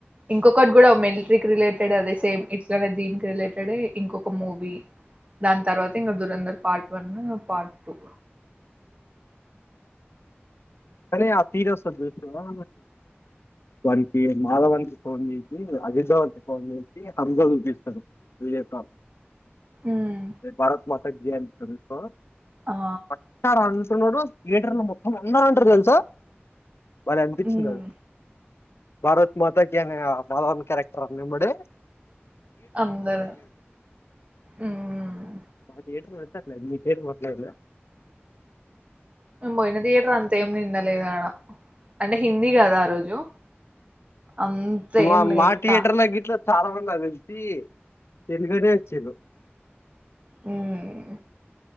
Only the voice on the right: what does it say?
ఇంకొకట్ కూడా మిల్ట్రీ రిలే ఇక్కడ అదే సేమ్ ఇట్లనే దీనికి రిలేటెడ్ ఏ ఇంకొక మూవీ దాని తర్వాత ఇంకా Dhurandhar part one part two
ఉమ్
ఆ
ఉమ్
అందర్ ఊమ్
మేమ్ పోయిన థియేటర్ అంతా ఏం నిండలేద్ ఆడ అంటే హిందీ కదా ఆ రోజు అంత
ఏం లేక్క
ఊమ్